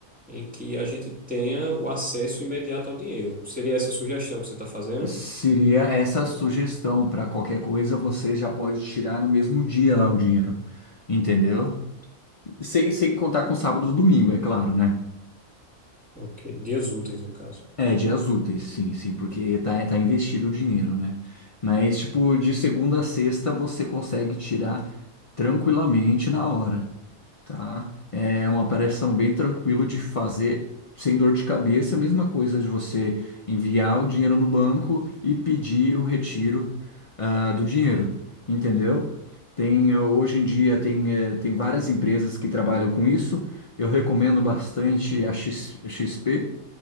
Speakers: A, in the centre; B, on the left.
A: em que a gente tenha o acesso imediato ao dinheiro. Seria essa a sugestão que você está fazendo?
B: Seria essa a sugestão para qualquer coisa você já pode tirar no mesmo dia lá o dinheiro, entendeu? Sem, sem contar com sábado e domingo, é claro, né?
A: Ok, dias úteis, no caso.
B: É, dias úteis, sim, sim, porque tá, tá investido o dinheiro, né? Mas, tipo, de segunda a sexta você consegue tirar tranquilamente na hora. Tá. É uma operação bem tranquilo de fazer, sem dor de cabeça. Mesma coisa de você enviar o dinheiro no banco e pedir o retiro, ah, do dinheiro, entendeu? Tem, eh, hoje em dia tem, eh, tem várias empresas que trabalham com isso. Eu recomendo bastante a X- X P